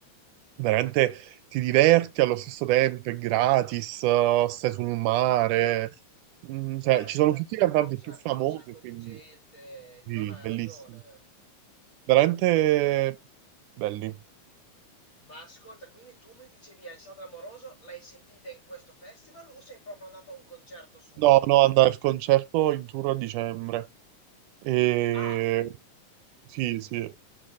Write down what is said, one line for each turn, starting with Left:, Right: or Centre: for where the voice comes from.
Right: veramente ti diverti allo stesso tempo, è gratis, eh, stai sul mare. Mm,
Left: Certo,
Right: cioè, ci sono
Left: certo,
Right: tutti
Left: sai,
Right: i cantanti
Left: con un sa-
Right: più famosi,
Left: c'è un sacco
Right: quindi
Left: di gente.
Right: sì,
Left: No, no, hai
Right: bellissimi.
Left: ragione.
Right: Veramente
Left: Hai ragione.
Right: belli.
Left: Ma ascolta, quindi tu mi dicevi Alessandra Moroso, l'hai sentita in questo festival o sei proprio andato a un concerto suo?
Right: No, no, andare al concerto in tour a dicembre. E...
Left: Ah,
Right: Sì, sì.